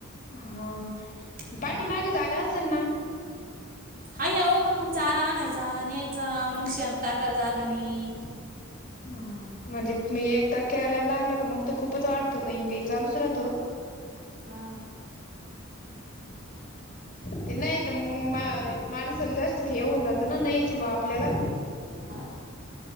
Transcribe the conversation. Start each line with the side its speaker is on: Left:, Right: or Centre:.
Left: हा
Right: हा.
Left: पाठीमाग जागा असन ना.
Right: हा येऊ पण मग चारा आनायचा न्यायचा मग शेन टाकायला जागा नाई.
Left: ह म्हणजे मी येकदा केरायला लागल का मग ते खूपच वाटतं काई काई चालूच राहत
Right: हा.
Left: ते नाईत मंग मा मानसाला जास्त घेऊन जातं ना नाई याची बा आपल्याला.
Right: हा